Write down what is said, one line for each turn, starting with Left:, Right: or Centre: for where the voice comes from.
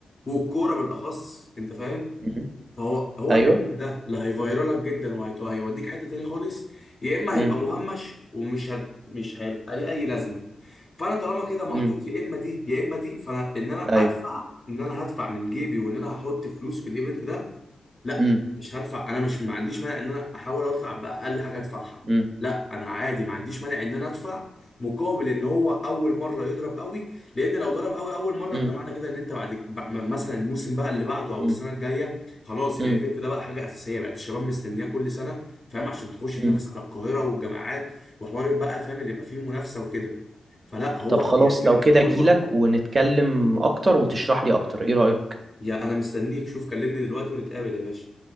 Left: والكوره بالاخص انت فاهم
Right: مم.
Left: فهو هو
Right: ايوه
Left: الايفنت ده لا هيفيرالك جدا وهيوديك حته تاني خالص يا اما
Right: مم.
Left: هيبقى مهمش ومش هت... مش هيبقى ليه اي لازمه فانا طالما كده محطوط
Right: مم.
Left: يا اما دي يا اما دي فانا ان انا
Right: ايوه
Left: ادفع ان انا هدفع من جيبي وان انا هحط فلوس في الايفنت ده لا
Right: مم.
Left: مش هدفع انا مش ما عنديش مانع ان انا احاول اطلع باقل حاجه ادفعها
Right: مم.
Left: لا انا عادي ما عنديش مانع ان انا ادفع مقابل ان هو اول مره يضرب قوي لان لو ضرب قوي اول مره
Right: مم.
Left: انت معنى كده ان انت بعد ب- م- مثلا الموسم بقى اللي بعده او
Right: مم.
Left: السنه الجايه خلاص الايفنت
Right: مم.
Left: ده بقى حاجه اساسيه بقت الشباب مستنياه كل سنه فاهم عشان تخش تنافس
Right: مم.
Left: على القاهره والجامعات وحوار بقى فاهم اللي يبقى فيه منافسه وكده فلا هو
Right: طب خلاص
Left: هي الفكره
Right: لو كده
Left: في اول
Right: اجيلك
Left: مره
Right: ونتكلم اكتر وتشرح لي اكتر ايه رأيك
Left: يا انا مستنيك شوف كلمني دلوقتي ونتقابل يا باشا